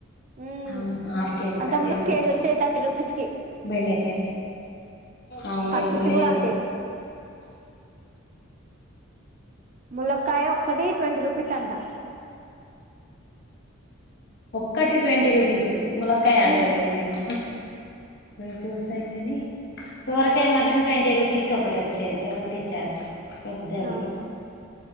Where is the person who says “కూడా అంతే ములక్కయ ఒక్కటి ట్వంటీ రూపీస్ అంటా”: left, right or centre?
Right